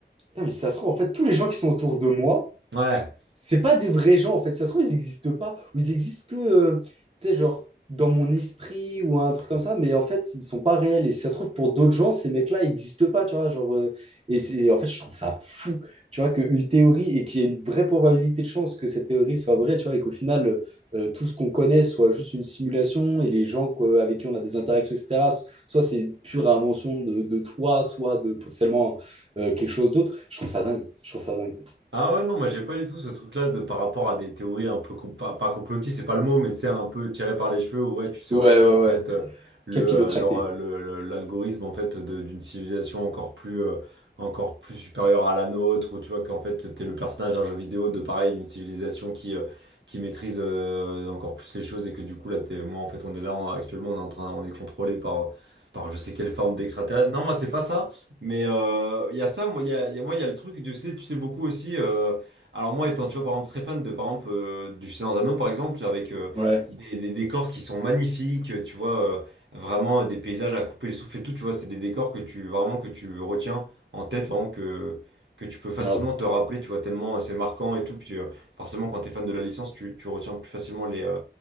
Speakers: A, on the right; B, on the right.
A: putain, mais si ça se trouve, en fait, tous les gens qui sont autour de moi,
B: Ouais,
A: c'est pas des vrais gens en fait. Ça se trouve, ils n'existent pas ou ils existent que, euh, tu sais, genre dans mon esprit ou un truc comme ça, mais en fait, ils sont pas réels. Et si ça se trouve, pour d'autres gens, ces mecs-là n'existent pas, tu vois. Genre, euh, et c'est, en fait, je trouve ça fou, tu vois, qu'une théorie et qu'il y ait une vraie probabilité de chance que cette théorie soit vraie, tu vois, et qu'au final, euh, euh, tout ce qu'on connaît soit juste une simulation et les gens quoi, avec qui on a des interactions, etc., soit c'est une pure invention de, de toi, soit de potentiellement euh, quelque chose d'autre. Je trouve ça dingue. Je trouve ça dingue.
B: Ah ouais, non, moi j'ai pas du tout ce truc-là de par rapport à des théories un peu, com- pas, pas complotistes, c'est pas le mot, mais c'est un peu tiré par les cheveux, où ouais, tu saurais
A: Ouais,
B: que
A: ouais,
B: en
A: ouais.
B: fait, euh, le,
A: capillotracté.
B: euh, leur, euh, le- le- l'algorithme en fait, de- d'une civilisation encore plus, euh, encore plus supérieure à la nôtre, ou tu vois qu'en fait, t'es le personnage d'un jeu vidéo de pareil, d'une civilisation qui, euh, qui maîtrise euh, encore plus les choses, et que du coup, là, t'es, moi en fait, on est là, on- actuellement, on est en train, on est contrôlé par, par je sais quelle forme d'extraterrestre. Non, moi c'est pas ça. Mais euh, il y a ça, moi, il y a, il y a- moi, il y a le truc, tu sais, tu sais beaucoup aussi. euh, alors, moi, étant, tu vois, par exemple, très fan de, par exemple, euh, du Seigneur des Anneaux, par exemple, avec euh,
A: Ouais,
B: des, des décors qui sont magnifiques, tu vois, euh, vraiment euh, des paysages à couper le souffle et tout, tu vois, c'est des décors que tu, vraiment, que tu retiens en tête, vraiment, que, que tu peux facilement
A: grave.
B: te rappeler, tu vois, tellement euh, c'est marquant et tout. Puis, euh, forcément, quand tu es fan de la licence, tu, tu retiens plus facilement les, euh,